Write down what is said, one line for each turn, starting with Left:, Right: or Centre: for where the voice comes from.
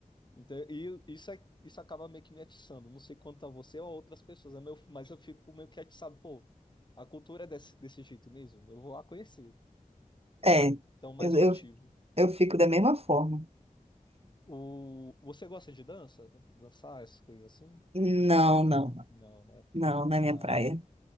Left: então e isso, é- isso acaba meio que me atiçando. Não sei quanto a você ou a outras pessoas, né, meu- mas eu fico meio que atiçado. Pô, a cultura é desse, desse jeito mesmo. Eu vou lá conhecer.
Right: É,
Left: Então, mais
Right: eu,
Left: um
Right: eu,
Left: motivo.
Right: eu fico da mesma forma.
Left: O, você gosta de dança? Dançar, essas coisas assim?
Right: Não, não,
Left: Não, né?
Right: não, na minha
Left: Ah,
Right: praia.
Left: tá.